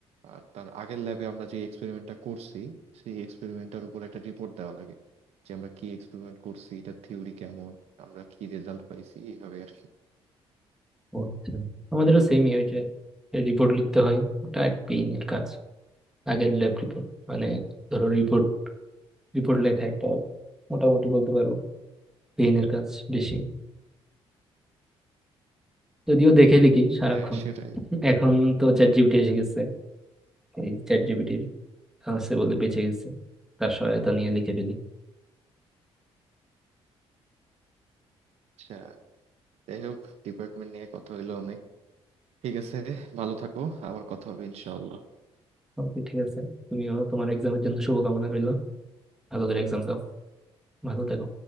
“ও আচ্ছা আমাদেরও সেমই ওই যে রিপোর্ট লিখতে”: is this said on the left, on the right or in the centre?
Centre